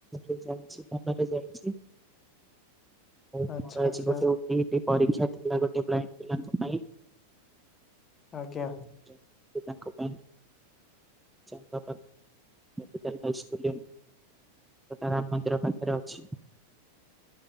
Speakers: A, in the centre; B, on the left.
A: ସବୁ ଚାଲିଚି ଭଲରେ ଚାଲିଚି। ମୋର
B: ଆଚ୍ଛା
A: ଆଜି
B: ଆଚ୍ଛା
A: ଗୋଟେ ଓଟିଇଟି ପରୀକ୍ଷା ଥିଲା ଗୋଟେ ବ୍ଲାଇଣ୍ଡ ପିଲାଙ୍କ ପାଇଁ
B: ଆଜ୍ଞା
A: ଯେ ତାଙ୍କ ପାଇଁ କି ଚା କ୍ୟାପିଟାଲ ହାଉସ ବୋଲି <inaudible> ସୀତାରାମ ମନ୍ଦିର ପାଖରେ ଅଛି